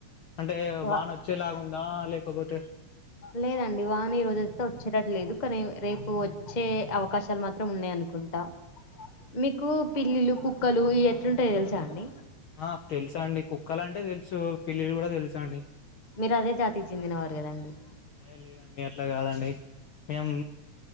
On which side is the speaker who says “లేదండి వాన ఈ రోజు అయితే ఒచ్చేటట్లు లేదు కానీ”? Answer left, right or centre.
Left